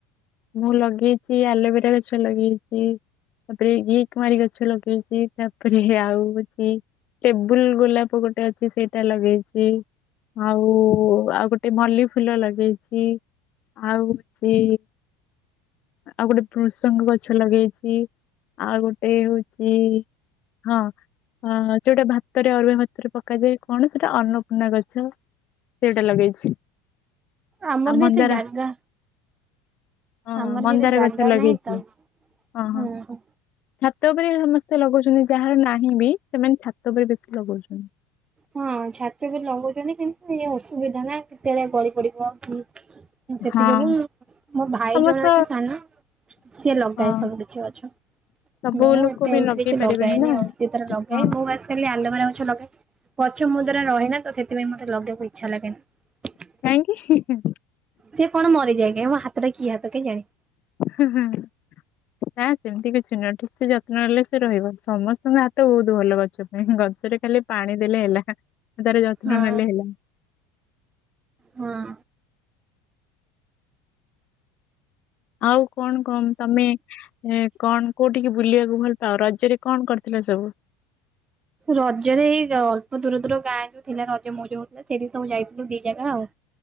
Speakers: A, on the left; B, on the right.
A: ମୁଁ ଲଗେଇଚି, ଆଲୋଭେରା ଗଛ ଲଗେଇଚି ତାପରେ ଘିକୁଆଁରୀ ଗଛ ଲଗେଇଚି, ତାପରେ ଆଉ ହଉଛି ଟେବୁଲ ଗୋଲାପ ଗୋଟେ ଅଛି ସେଇଟା ଲଗେଇଛି ଆଉ ଆଉ ଗୋଟେ ମଲ୍ଲି ଫୁଲ ଲଗେଇଚି, ଆଉ ହଉଚି ଆଉ ଗୋଟେ ଭୃସଙ୍ଗ ଗଛ ଲଗେଇଚି, ଆଉ ଗୋଟେ ହଉ ସେ ହଁ, ହଁ ଯୋଉଟା ଭା ତରେ ଅରୁଆ ଭାତରେ ପକାଯାଏ, କଅଣ ସେଇଟା ଅନ୍ନପୂର୍ଣ୍ଣା ଗଛ, ସେଇଟା ଲଗେଇଛି।
B: ଆମର
A: ଆଉ
B: ବି
A: ମନ୍ଦାର
B: ଏତେ ଜାଗା
A: ହଁ
B: ଆମର
A: ମନ୍ଦାର
B: ବି ଏତେ ଜାଗା
A: ଗଛ ଲଗେଇଛି,
B: ନାହିଁ ତ
A: ହଁ
B: ହୁଁ
A: ହଁ।
B: ହୁଁ।
A: ଛାତ ଉପରେ ସମସ୍ତେ ଲଗଉଚନ୍ତି, ଯାହାର ନାହିଁ ବି ସେମାନେ ଛାତ ଉପରେ ବେଶୀ ଲଗଉଚନ୍ତି।
B: ହଁ ଛାତ ଉପରେ ଲଗଉଛନ୍ତି କିନ୍ତୁ ଏ ଅସୁବିଧା ନା କେତେବେଳେ ଗଳି ପଡିବ, କି ସେଥି
A: ହଁ
B: ଯୋଗୁ ମୋ ଭାଇ
A: ସମସ୍ତ
B: ଜଣେ ଅଛି ସାନ ସିଏ ଲଗାଏ
A: ହଁ
B: ସବୁ କିଛି ଗଛ।
A: ସବୁ
B: ମୁଁ
A: ଲୋକ
B: ଏତେ
A: ବି
B: ଏମତି
A: ଲଗେଇ
B: କିଛି ଲଗାଏନି
A: ପାରିବେନି ନା
B: ଆଉ। ସିଏ ତାର ଲଗାଏ,
A: ହଁ
B: ମୁଁ ବାସ୍ ଆଲୋବେରା ଗଛ ଲଗାଏ ଗଛ ମୋଦ୍ଵାରା ରହେନା ତ ସେଥିପାଇଁ ମତେ ଲଗେଇବା ଇ ଛା ଲାଗେନି
A: କାହିଁକି
B: ସେ କଣ ମରିଯାଏ ମୋ ହାତଟା କି ହାତ କେଜାଣି?
A: ହୁଁ ହୁଁ। ନା ସେମିତି କିଛି ନୁହଁ ଠିକ୍ ସେ ଯତ୍ନ ନେଲେ ସେ ରହିବ ସମସ୍ତଙ୍କ ହାତ ବହୁତ ଭଲ ଗଛ। ଗଛରେ ଖାଲି ପାଣି ଦେଲେ ହେଲା ତାର ଯତ୍ନ
B: ହଁ
A: ନେଲେ ହେଲା।
B: ହଁ।
A: ଆଉ କଣ କଣ ତମେ ଏ କଣ କୋଉଠିକି ବୁଲିବାକୁ ଭଲ ପାଅ ରଜରେ କଣ କରିଥିଲ ସବୁ?
B: ରଜରେ ଏଇ ଅଳ୍ପ ଦୂର ଦୂର ଗାଁରୁ ଯୋଉ ଥିଲା ରଜ ମଉଜ ସେଠି ସବୁ ଯାଇଥିଲୁ ଦି ଜାଗା ଆଉ।